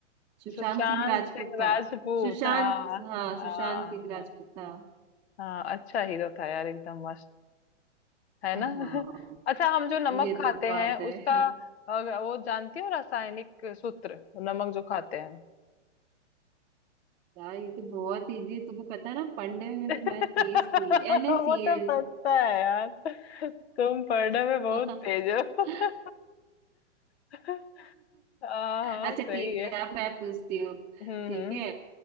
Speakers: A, on the right; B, on the left.
A: सुशांत
B: सुशांत
A: सिंह राजपूत
B: सिंह राजपूत
A: था सुशांत
B: हाँ
A: हाँ
B: हाँ
A: सुशांत सिंह राजपूत था
B: हाँ अच्छा हीरो था यार एकदम मस्त है
A: हाँ
B: ना <laughs> अच्छा हम जो नमक
A: ये
B: खाते
A: तो बात
B: हैं
A: है
B: उसका अ, वो जानती हो रासायनिक सूत्र नमक जो खाते हैं
A: यार ये तो बहुत इजी तुम्हें पता है ना पढ़ने में
B: <laughs>
A: तो मैं तेज थी एन
B: वो
A: ए सी
B: तो
A: एल
B: पता है यार तुम पढ़ने में बहुत
A: <laughs>
B: तेज हो <laughs> हाँ हाँ
A: अच्छा
B: सही
A: ठीक
B: है
A: है अब मैं पूछती हूँ
B: हम्म
A: ठीक
B: हम्म
A: है